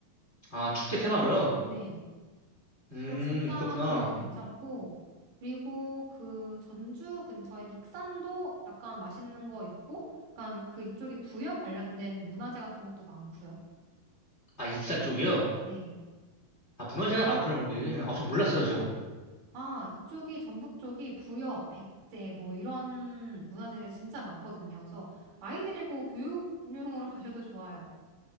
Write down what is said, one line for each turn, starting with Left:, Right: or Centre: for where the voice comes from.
Left: 아, 축제 테마로요?
Right: 네.
Left: 음,
Right: 저 진짜
Left: 그렇구나.
Right: 그런데 괜찮고, 그리고 그 전주 근처에 익산도 약간 맛있는 거 있고, 약간 그 이쪽이 부여 관련된 문화재 같은 것도 많고요.
Left: 아, 익산 쪽이요?
Right: 네.
Left: 아, 문화재가 많구나, 거기. 아, 전 몰랐어요, 저.
Right: 아, 이쪽이 전북 쪽이 부여, 백제 뭐 이런 문화재를 진짜 많거든요. 그래서 아이 데리고 교육용으로 <laughs> 가셔도 좋아요.